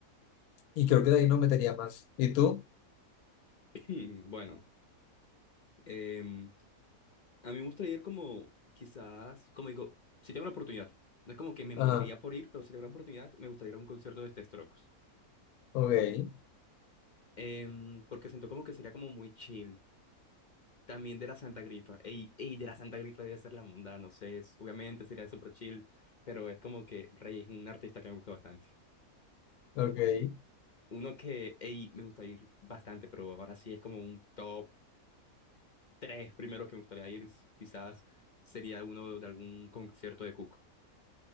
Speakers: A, on the left (about 75°); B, on the left (about 50°).
A: Y creo que de ahí no metería más. ¿Y tú?
B: <clears throat> Bueno. Em, a mí me gustaría ir como, quizás, como digo, si tengo la oportunidad, no es como que me moriría
A: Ah,
B: por ir, pero si tengo la oportunidad, me gustaría ir a un concierto de The Strokes.
A: ok,
B: Em, porque siento como que sería como muy chill. También de la Santa Grifa. Ey, ey, de la Santa Grifa debe ser la mundana, no sé, es- obviamente sería súper chill, pero es como que Rey es un artista que me gusta bastante.
A: ok.
B: Uno que, ey, me gusta ir bastante, pero ahora sí es como un top tres primero que me gustaría ir, quizás sería uno de algún concierto de Cuco,